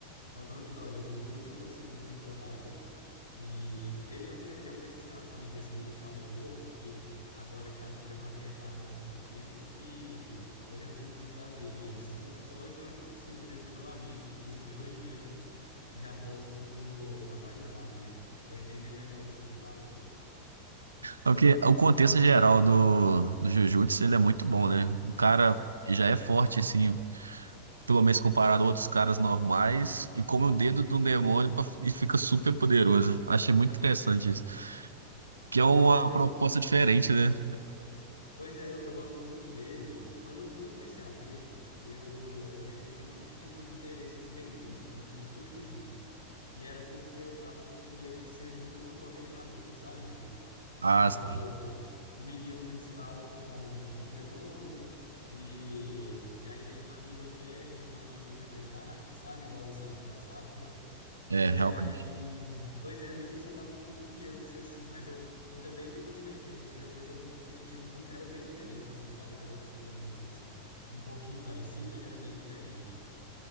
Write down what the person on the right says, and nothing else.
É Porque o contexto geral do, do Jujutsu, ele é muito bom, né? O cara já é forte, assim, pelo menos comparado a outros caras normais, e come o dedo de um demônio pra- e fica super poderoso. Achei muito interessante isso. Que é uma
proposta diferente, né?
Ah,
sim.
É,
realmente.